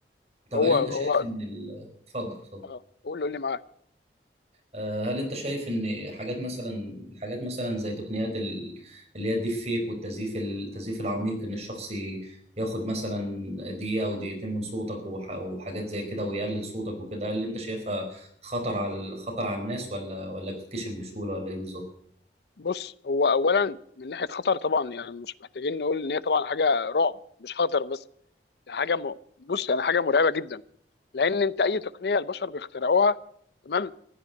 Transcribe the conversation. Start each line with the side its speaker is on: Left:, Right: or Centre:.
Right: طب
Left: هو
Right: هل انت
Left: هو
Right: شايف ان ال- اتفضل اتفضل
Left: اه قول لي قول لي معاك
Right: آه، هل انت شايف ان حاجات مثلا حاجات مثلا زي تقنيات ال- اللي هي الديب فيك والتزييف التزييف العميق ان الشخص ي- ياخد مثلا دقيقة او دقيقتين من صوتك وح- وحاجات زي كده ويقلد صوتك وكده هل انت شايفها خطر على خطر على الناس ولا ولا بتتكشف بسهولة ولا ايه بالظبط؟
Left: بص هو اولا من ناحيه خطر طبعا يعني مش محتاجين نقول ان هي طبعا حاجه رعب مش خطر بس ده حاجه م... بص يعني حاجه مرعبه جدا لان انت اي تقنيه البشر بيخترعوها تمام